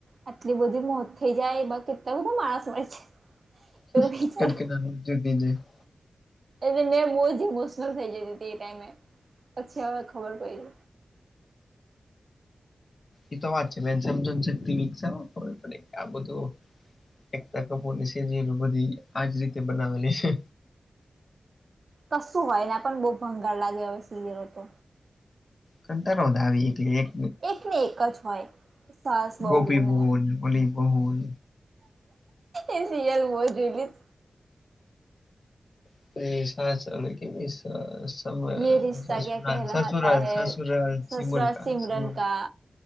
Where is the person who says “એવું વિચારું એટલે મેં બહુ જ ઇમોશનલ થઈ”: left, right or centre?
Right